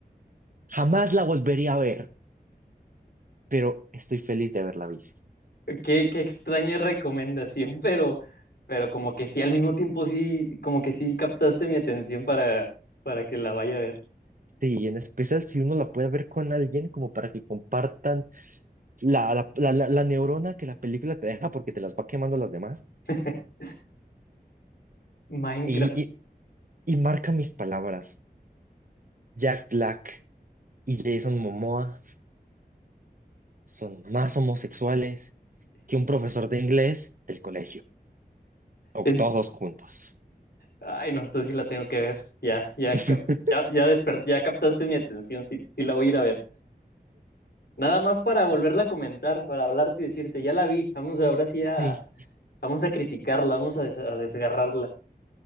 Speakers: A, on the right; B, on the left.
A: Jamás la volvería a ver, pero estoy feliz de haberla visto.
B: Qué, qué extraña recomendación, <laughs> pero, pero como que sí, al mismo tiempo sí, como que sí captaste mi atención para, para que la vaya a ver.
A: Sí, y en especial si uno la puede ver con alguien, como para que compartan la, la, la, la- la neurona que la película te deja porque te las va quemando las demás.
B: <laughs> Minecraft.
A: Y, y, y marca mis palabras. Jack Black y Jason Momoa. son más homosexuales que un profesor de inglés del colegio, o
B: Es,
A: todos juntos.
B: ay, no, esto sí la tengo que ver. Ya, ya,
A: <laughs>
B: cap- ya, ya, desper- ya captaste mi atención, sí, sí la voy a ir a ver. Nada más para volverla a comentar, para hablarte y decirte, ya la vi, vamos ahora sí a,
A: Sí,
B: vamos a criticarla, vamos a, des- a desgarrarla.